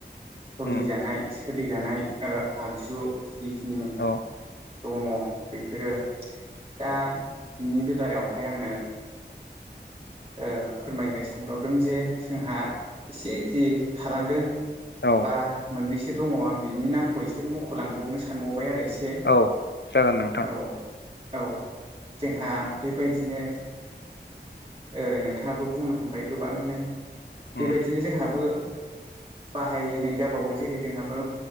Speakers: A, on the right; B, on the left.
A: सलिजानाय
B: उम
A: सोलिजानाय ओ आगजु जिखिनि
B: औ
A: दङ बेफोरो दा बिनि बेलायावहाय आङो ओ फोरमायनो सानबावदों जे जोंहा एसे जि थालांदों
B: औ
A: बा मोननैसो दङ आं बिनि नामखौ एसे मख'लांबावनो सानबावबाय आरो एसे
B: औ जागोन नोंथां।
A: औ औ जोंहा बेबायदिनो ओ नोंथाङाबो बुंनो खाबाय गोबांनो बेबायदिनो
B: उम
A: जोंहाबो बाहायनाय जाबावो जेरै जोंहाबो